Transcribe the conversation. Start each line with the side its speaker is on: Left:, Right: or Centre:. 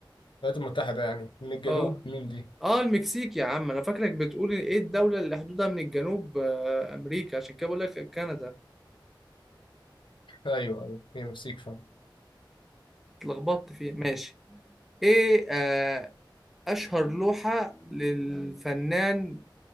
Left: الولايات المتحده يعني من الجنوب
Centre: اه
Left: مين دي
Centre: اه المكسيك يا عم انا فاكرك بتقول ايه الدوله اللي حدودها من الجنوب آه امريكا عشان كده بقول لك كندا
Left: ايوه ايوه هي المكسيك فعلا
Centre: اتلخبطت فيها ماشي ايه آه اشهر لوحه للفنان